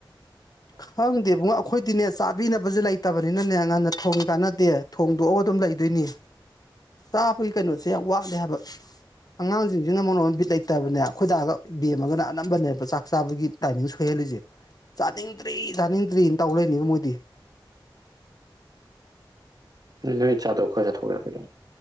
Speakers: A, on the left; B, on the right.
A: ꯈꯪꯗꯦꯕꯣ ꯑꯈꯣꯏ ꯗꯤꯅꯦ ꯆꯥꯕꯤꯅꯕꯁꯦ ꯂꯩꯇꯕꯅꯤꯅꯦ ꯉꯟꯅ ꯊꯣꯡ ꯀꯥꯟꯅꯗꯦ ꯊꯣꯡꯗꯣꯛ ꯑꯗꯨꯝ ꯂꯩꯗꯣꯏꯅꯤ ꯆꯥꯕꯒꯤ ꯀꯩꯅꯣꯁꯦ ꯌꯥꯝꯋꯥꯠꯂꯦ ꯍꯥꯏꯕ ꯑꯉꯥꯡꯁꯤꯡ ꯁꯤꯅ ꯃꯔꯣꯜ ꯑꯃ ꯕꯤꯠ ꯂꯩꯇꯕꯅꯦ ꯑꯩꯈꯣꯏ ꯗꯥꯒ ꯕꯦꯝꯃꯒ ꯅ ꯑꯅꯝꯕꯅꯦꯕ ꯆꯥꯛ ꯆꯥꯕꯒꯤ ꯇꯥꯏꯃꯤꯡ ꯁꯦꯏꯍꯜꯂꯤꯁꯦ ꯆꯥꯅꯤꯡ ꯗꯔꯤ ꯆꯅꯤꯡꯗꯔꯤ ꯇꯧ ꯂꯩꯗꯣꯏꯅꯤ ꯃꯣꯏꯗꯤ
B: ꯅꯣꯏ ꯆꯥꯗꯧꯕ ꯈꯔ ꯆꯥꯊꯣꯛ ꯌꯥꯗꯔꯣ ꯑꯗꯨꯝ